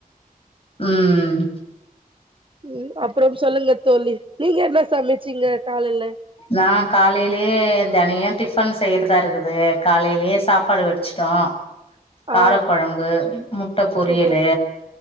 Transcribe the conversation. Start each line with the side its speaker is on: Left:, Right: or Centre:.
Left: ம் ம்
Right: ம் அப்றம் சொல்லுங்க தோழி நீங்க என்ன சமச்சீங்க காலைல
Left: நா காலைலயே தனியா டிஃபன் செய்றதாருக்குது காலைலயே சாப்பாடு வடிச்சுட்டோ கார
Right: ஆ
Left: கொழம்பு முட்ட பொரியலு
Right: சூப்பர்